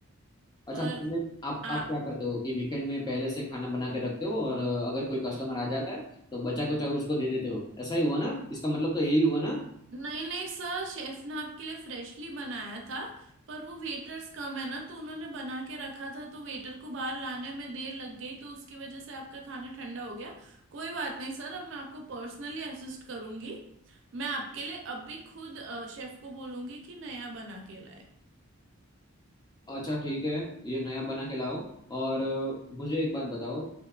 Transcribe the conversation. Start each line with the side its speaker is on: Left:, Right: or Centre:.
Left: अच्छा
Right: पर
Left: मतलब आप
Right: आ,
Left: आप क्या करते हो कि वीकेंड में पहले से खाना बना के रखते हो और अ, अगर कोई कस्टमर आ जाता है तो बचा कुचा उसको दे देते हो ऐसा ही हुआ ना इसका मतलब तो यही हुआ ना
Right: नहीं नहीं सर शेफ ने आपके लिए फ्रेशली बनाया था पर वो वेटर्स कम है ना तो उन्होंने बना के रखा था तो वेटर को बाहर लाने में देर लग गई तो उसकी वजह से आपका खाना ठंडा हो गया कोई बात नहीं सर अब मैं आपको पर्सनली असिस्ट करूंगी मैं आपके लिए अब भी खुद शेफ को बोलूंगी कि नया बना के लाए
Left: अच्छा ठीक है ये नया बना के लाओ और अ, मुझे एक बात बताओ